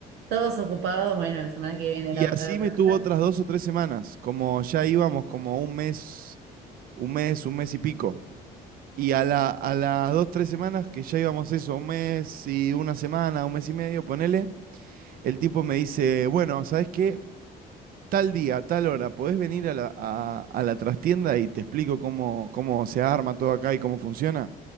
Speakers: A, on the right (about 85°); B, on the right (about 60°).
A: Todos ocupados, bueno, la semana que viene
B: Y
A: la
B: así
A: otra, la otra.
B: me tuvo otras dos o tres semanas, como ya íbamos como un mes, un mes, un mes y pico. Y a la, a las dos, tres semanas que ya íbamos eso, un mes y una semana, un mes y medio, ponele, el tipo me dice, bueno, ¿sabes qué? Tal día, tal hora, podés venir a la, a, a la trastienda y te explico cómo, cómo se arma todo acá y cómo funciona.